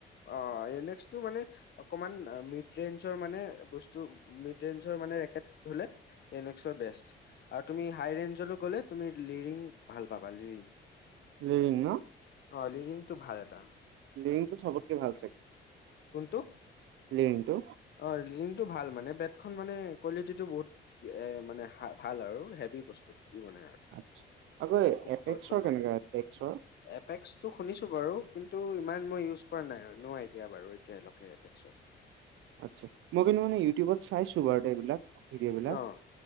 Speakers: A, on the left (about 60°); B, on the right (about 80°).
A: অঁ ইয়নেক্সটো মানে- অকমান মিড ৰেঞ্জৰ মানে বস্তু মিড ৰেঞ্জৰ মানে ৰেকেট। হ'লে ইয়নেক্সৰ বেষ্ট। আৰু তুমি হাই ৰেঞ্জলৈ গ'লে তুমি লিৰিং ভাল পাবা লিৰিং।
B: লিৰিং ন।
A: অঁ লিৰিংটো ভাল এটা।
B: লিৰিংটো চবতকে ভাল চাগে।
A: কোনটো?
B: লিৰিংটো।
A: অঁ লিৰিংটো ভাল মানে বেডখন মানে কোৱালিটিটো বহুত- এ মানে ভাল আৰু হেভী বস্তু দি বনাই আৰু।
B: আচ্ছা আকৌ
A: একো
B: এপেক্সৰ
A: ফ্ৰড চড নকৰে
B: কেনেকা এপেক্সৰ।
A: এপেক্সটো শুনিছোঁ বাৰু কিন্তু ইমান মই ইউজ কৰা নাই নও আইডিয়া বাৰু। কে লক কে অপেক্সত।
B: আচ্ছা মই কিন্তু মানে ইউটিউবত চাইছোঁ বাৰু এইবিলাক ভিডিঅ' বিলাক।
A: অ',